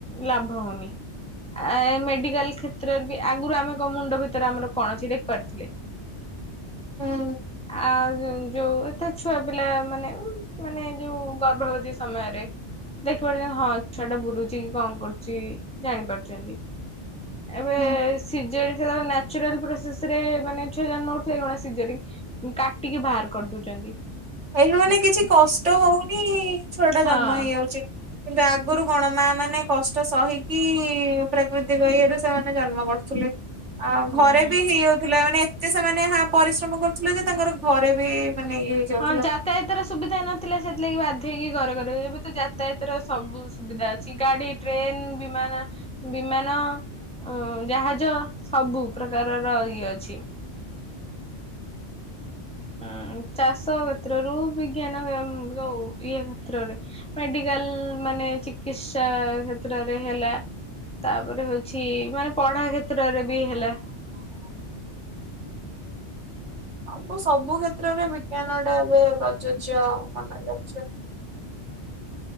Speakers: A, in the centre; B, on the right.
A: ଲାଭ ହଉନି। ଆ ମେଡିକାଲ କ୍ଷେତ୍ରରେ ବି ଆଗରୁ ଆମେ କ ମୁଣ୍ଡ ଭିତରେ ଆମର କଣ ଅଛି ଦେଖି ପାରୁଥିଲେ?
B: ହୁଁ
A: ଆଉ ଯୋଉ ଏତେ ଛୁଆ ପିଲା ମାନେ ମାନେ ଯୋଉ ଗର୍ଭବତୀ ସମୟରେ। ଦେଖି ପାରୁଛନ୍ତି ହଁ ଛୁଆଟା ବୁଲୁଛି କି କଣ କରୁଛି ଜାଣିପାରୁଛନ୍ତି। ଏବେ
B: ହୁଁ
A: ସିଜେରିଆନ୍ ନ୍ୟାଚୁରାଲ ପୋସେସର ମାନେ ଛୁଆ ଜନ୍ମ ହଉଥିବେ କଣ ସିଜରିଙ୍ଗ। କାଟିକି ବାହାର କରି ଦଉଛନ୍ତି।
B: ଏହି ମାନେ କିଛି କଷ୍ଟ ହଉନି ଛୁଆ ଟା
A: ହଁ
B: ଜନ୍ମ ହେଇଯାଉଛି। କିନ୍ତୁ ଆଗରୁ କଣ ମା ମାନେ କଷ କଷ୍ଟ ସହିକି ପ୍ରାକୃତିକ ଇଏରୁ ସେମାନେ ଜନ୍ମ କରୁଥିଲେ। ଆଉ
A: ହୁଁ।
B: ଘରେ ବି ହେଇ ଯାଉଥିଲା। ମାନେ ଏତେ ସେମାନେ ହଁ ପରିଶ୍ରମ କରୁଥିଲେ ଯେ ତାଙ୍କର ଘରେ ବି ମାନେ ଇଏ ହେଇଯାଉଥିଲା।
A: ହଁ ଯାତାୟତାର ସୁବିଧା ନଥିଲା ସେଥିଲାଗି ବାଧ୍ୟ ହେଇକି ଘର ଘରେ ଏବେ ତ ଯାତାୟାତର ସବୁ ସୁବିଧା ଅଛି। ଗାଡି ଟ୍ରେନ୍ ବିମାନା ବିମାନ ହଁ। ଜାହାଜ ସବୁ ପ୍ରକାରର ଇଏ ଅଛି। ହଁ ଚାଷ କ୍ଷେତ୍ରରୁ ବିଜ୍ଞାନ ଯୋଉ ଇଏ କ୍ଷେତ୍ରରେ। ମେଡିକାଲ ମାନେ ଚିକିତ୍ସା କ୍ଷେତ୍ରରେ ହେଲା। ତାପରେ ହଉଛି ମାନେ ପଢା କ୍ଷେତ୍ରରେ ବି ହେଲା।
B: ଆ ସବୁ ସବୁ କ୍ଷେତ୍ରରେ ବିଜ୍ଞାନଟା ଏବେ ପ୍ରଯୋଜ୍ୟ ମନ ଯ।